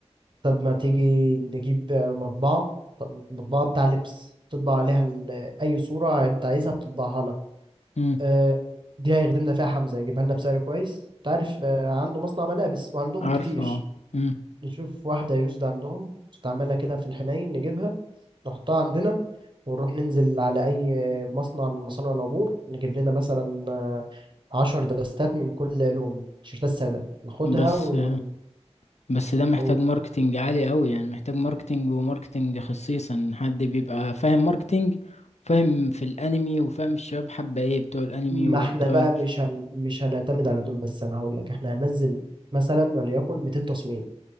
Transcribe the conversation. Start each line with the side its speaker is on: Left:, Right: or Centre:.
Right: طب ما تيجي نجيب مطبعة طب مطبعة بتاع لبس تطبع عليها ال- اي صورة انت عايزها بتطبعها لك
Left: امم
Right: اه، دي هيخدمنا فيها حمزة يجيبها لنا بسعر كويس تعرف عنده مصنع ملابس وعندهم
Left: عارفه
Right: كتير
Left: اه امم
Right: نشوف واحدة يوزد عندهم نستعملها كده في الحنين نجيبها نحطها عندنا ونروح ننزل على أي مصنع من مصانع العبور نجيب لنا مثلا آه، عشر دستات من كل لون تيشيرتات سادة ناخدها
Left: بس
Right: ون...
Left: آه، بس ده محتاج
Right: ون-
Left: ماركتينج عالي قوي يعني محتاج ماركتينج وماركتينج خصيصا حد بيبقى فاهم ماركتينج وفاهم في الانمي وفاهم الشباب حابة ايه بتوع الانمي
Right: ما
Left: وبتوع
Right: احنا بقى
Left: ال...
Right: مش هن... مش هنعتمد على دول بس أنا هقول لك احنا هننزل مثلا وليكن 200 تصميم